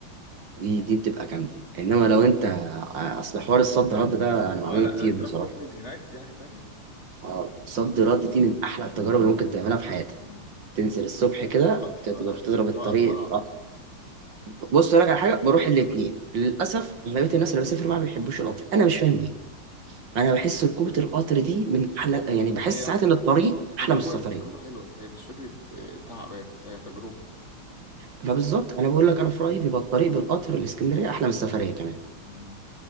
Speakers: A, on the right (about 60°); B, on the left (about 30°).
A: دي
B: مم.
A: دي بتبقى جامده انما لو انت آه، اصل حوار الصد رد ده انا بعمله
B: أه لأ
A: كتير
B: لو أنت
A: بصراحه
B: راح تخرج هناك دي حاجة تانية
A: اه صد رد دي من احلى التجارب اللي ممكن تعملها في حياتك
B: مم.
A: تنزل الصبح كده
B: وبالقطر
A: تقدر
B: بقى و...
A: تضرب الطريق
B: تروح قطر ولا عربية
A: اه بص أقول لك على حاجه بروح الاثنين للاسف اغلبيه الناس اللي بسافر معاها ما بيحبوش القطر انا مش فاهم ليه انا
B: <laughs>
A: بحس ركوبه القطر دي من احلى يعني بحس
B: هي
A: ساعات ان الطريق
B: تجربة
A: احلى من السفريه
B: تجربة حلوة هي مش فكرة آه، تعب هي هي تجربة
A: فبالظبط انا بقول لك انا في رايي بيبقى الطريق بالقطر الاسكندريه احلى من السفريه كمان
B: مم.